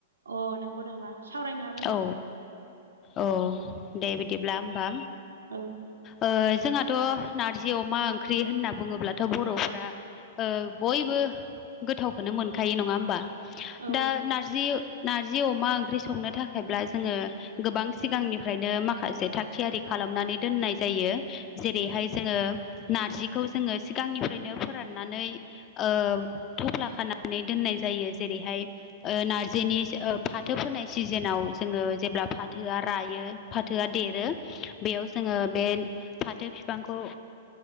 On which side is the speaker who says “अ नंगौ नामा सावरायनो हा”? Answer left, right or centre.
Right